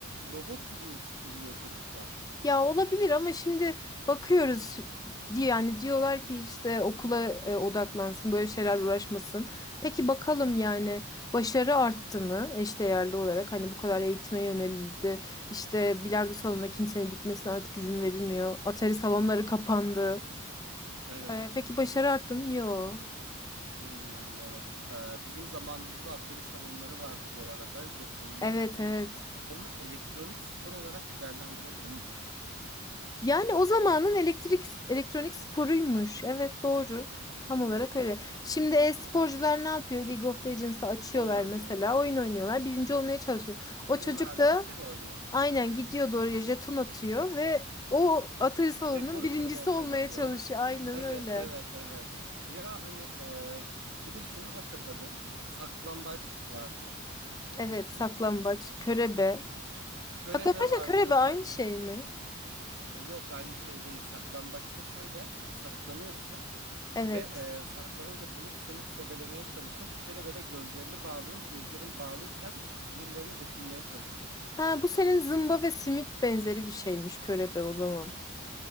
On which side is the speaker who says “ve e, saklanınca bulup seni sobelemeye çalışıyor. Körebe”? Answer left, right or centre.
Right